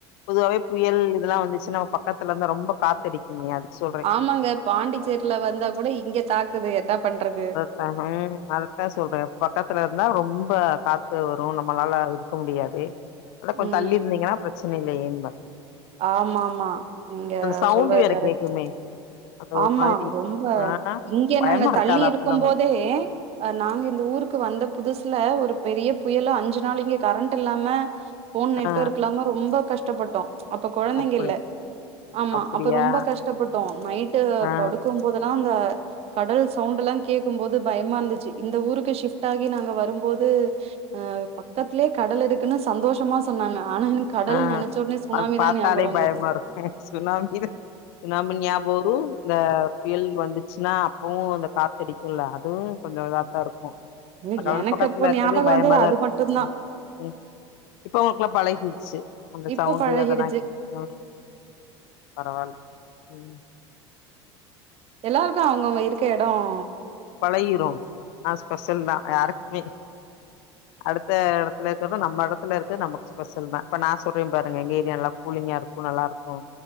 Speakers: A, on the left; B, on the right.
A: பொதுவாவே புயல் இதல்லாம் வந்துச்சுனா பா பக்கத்துல இருந்தா ரொம்ப காத்தடிக்குமே அதுக்கு சொல்
B: ஆமாங்க பாண்டிச்சேர்ல வந்தா கூட இங்க தாக்குது என்ன பண்றது
A: ஆ ம் அதுதா சொல்றேன் பக்கத்துல இருந்தா ரொம்ப காத்து வரும் நம்மளால இருக்க முடியாதே அத கொஞ்சம்
B: ம்.
A: தள்ளி இருந்தீங்கன்னா பிரச்சனை இல்லையேன்னு பாத்
B: ஆமா ஆமா நீங்க
A: சவுண்டு
B: சொல்றது
A: வேற
B: கரெக்ட்
A: கேக்குமே
B: தா
A: அந்த ஒரு
B: ஆமா
A: மாரி
B: ரொம்ப
A: ஆ
B: இங்க
A: பயமா
B: நாங்க
A: இருக்காதா
B: தள்ளி இருக்கும்
A: அப்பல்லா உங்களுக்கு
B: போதே அ நாங்க இந்த ஊருக்கு வந்த புதுசுல ஒரு பெரிய புயலு அஞ்சு நாள் இங்க கரண்ட் இல்லாம ஃபோன் நெட்ஒர்க்
A: ஆ
B: இல்லாம ரொம்ப கஷ்டப்பட்டோம் அப்ப கொழந்தைங்க
A: அப்படி
B: இல்ல ஆமா
A: அப்படியா
B: அப்ப ரொம்ப கஷ்டப்பட்டோம் நைட்டு
A: ஆ
B: படு க்கும்போதெல்லா அந்த கடல் சவுண்ட் எல்லாம் கேட்கும் போது பயமா இருந்துச்சு இந்த ஊருக்கு ஷிப்ட் ஆகி நாங்க வரும்போது அ பக்கத்திலேயே கடல் இருக்குன்னு சந்தோஷமா சொன்னாங்க ஆன எனக் கடல்
A: ஆ
B: நெனச்ச உடனே சுனாமிதா
A: அது பாத்தாலே
B: ஞாபக வந்தது
A: பயமா இருக்கு சுனாமி சுனாமி ஞாபொ வரும் இந்த புயல் வந்துச்சுன்னா அப்பவும் அந்த காத் த்தடிக்கும்ல அதுவும் கொஞ்சம் இதாத்தா இருக்கும்
B: இல்ல
A: கடல்
B: எனக்கு
A: பக்கத்துல
B: அப்ப
A: இருக்கது
B: ஞாபகோ
A: பயமாதா
B: வந்தது அது
A: இருக்கும்
B: மட்டுந்தா
A: ம் இப்ப ஒங்களுக்குல்லாம் பழகிச்சு அந்த
B: இப்ப
A: சவுண்டு
B: பழகிடுச்சு
A: அதல்லாம் ம் பரவால்ல ம்
B: எல்லாருக்கும் அவங்கவுங்க இருக்க எடம்
A: பழகிரும் ஆஹ் ஸ்பெஷல் தான் யாருக்குமே அடுத்த இடத்துல இருக்குறதும் நம்ம இடத்துல இருக்குறதும் நமக்கு ஸ்பெஷல் தான் இப்ப நான் சொல்றேன் பாருங்க எங்க ஏரியா கூலிங்கா இருக்கும் நல்லா இருக்கும்